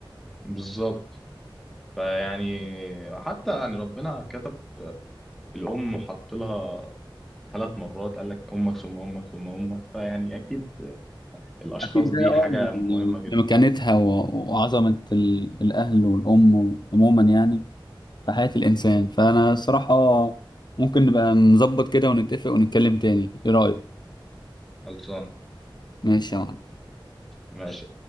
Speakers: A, in the centre; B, on the left.
A: بالظبط فيعني حتى يعني ربنا كتب الأم وحط لها ثلاث مرات قال لك امك ثم امك ثم امك فيعني اكيد الاشخاص
B: أكيد
A: دي
B: ده اه
A: حاجه مهمه
B: يعني
A: جدا
B: لمكانتها و- وعظمة ال- الأهل والأم عموما يعني في حياة الإنسان فأنا الصراحة ممكن نبقى نظبط كده ونتفق ونتكلم تاني إيه رأيك؟
A: خلصان
B: ماشي يا معلم
A: ماشي